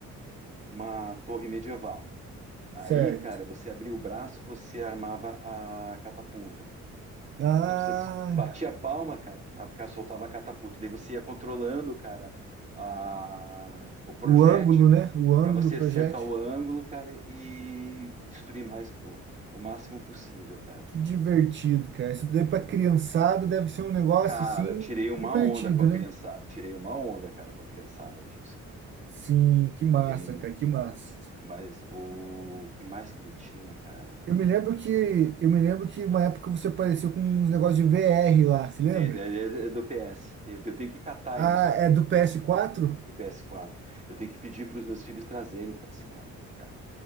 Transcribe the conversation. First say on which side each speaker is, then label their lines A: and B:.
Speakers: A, on the right; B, on the right.
A: uma torre medieval. Aí,
B: Certo.
A: cara, você abria o braço, você armava a catapulta.
B: Ah,
A: Aí você s- batia a palma, cara, a cara soltava a catapulta. Daí você ia controlando, cara, a, o projétil
B: o ângulo, né? O ângulo
A: para você
B: do projeto.
A: acertar o ângulo, cara, e destruir mais o, o máximo possível, cara.
B: Que divertido, cara. Isso daí pra criançada deve ser um negócio
A: Cara,
B: assim
A: tirei uma
B: divertido,
A: onda com a
B: né?
A: criançada. Tirei uma onda, cara, com a criançada disso, cara.
B: Sim, que massa,
A: Tem,
B: cara, que massa.
A: mas o que mais que ele tinha, cara?
B: Eu me lembro que eu me lembro que uma época você apareceu com uns negócios de VR lá, se lembra?
A: Tem, é, é- é do PS. Tem- eu tenho que catar
B: Ah,
A: isso
B: é do ps quatro?
A: do ps quatro Eu tenho que pedir para os meus filhos trazerem o ps quatro para cá.